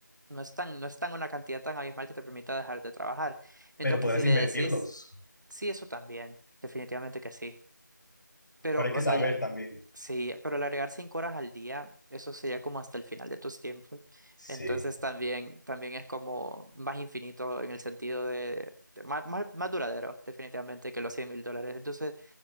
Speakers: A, on the right; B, on the left.
A: No es tan, no es tan una cantidad tan abismal que te permita dejar de trabajar. Mientras
B: pero podrás
A: que si le
B: invertirlos,
A: decís, sí, eso también, definitivamente que sí. Pero,
B: pero hay
A: o
B: que saber
A: sea, la-
B: también.
A: sí, pero al agregar cinco horas al día, eso sería como hasta el final de tus tiempos.
B: Sí.
A: Entonces también, también es como más infinito en el sentido de, de más, más, más duradero, definitivamente, que los 100 mil dólares. Entonces,